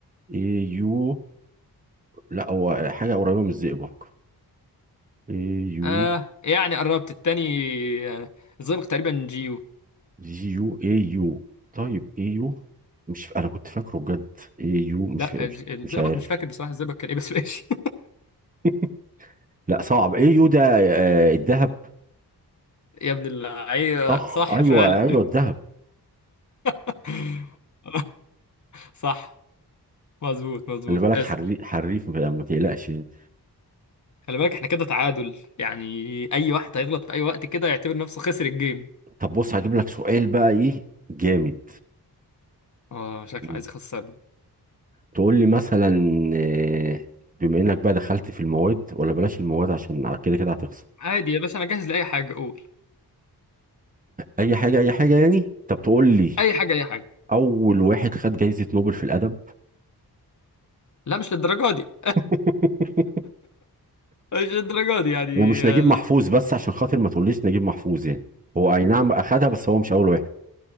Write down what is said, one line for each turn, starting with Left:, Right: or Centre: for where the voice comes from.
Right: ايو لا هو حاجة قريبة من الزئبق ايو
Left: آه يعني قربت التاني آه الزئبق تقريبا جيو
Right: جيو ايو طيب ايو مش ف... انا كنت فاكره بجد ايو مش
Left: لا
Right: ف... مش
Left: الج- الزئبق
Right: مش عارف
Left: مش فاكر بصراحة الزئبق كان ايه بس ماشي
Right: <laughs> لا صعب ايو ده آه الذهب
Left: <laughs> يا ابن اللعيبة
Right: صح
Left: صح
Right: ايوه
Left: فعلا
Right: ايوه الذهب
Left: <laughs> صح مظبوط مظبوط
Right: خلي بالك
Left: اسأل
Right: حري- حريف ما ما تقلقش يعني.
Left: خلي بالك احنا كده تعادل يعني اي واحد هيغلط في اي وقت كده يعتبر نفسه خسر الجيم
Right: طب بص هجيب لك سؤال بقى ايه جامد
Left: اه شكله
Right: مم.
Left: عايز يخسرني
Right: تقول لي مثلا آه، بما انك بقى دخلت في المواد ولا بلاش المواد عشان كده كده هتخسر
Left: عادي يا باشا انا جاهز لأي حاجة قول
Right: اي حاجه اي حاجه يعني طب تقول لي
Left: اي حاجة اي حاجة
Right: اول واحد خد جايزه نوبل في الادب
Left: لا مش للدرجة دي
Right: <laughs>
Left: مش للدرجة دي يعني
Right: ومش نجيب
Left: آه، لا
Right: محفوظ بس عشان خاطر ما تقوليش نجيب محفوظ يعني هو اي نعم اخدها بس هو مش اول واحد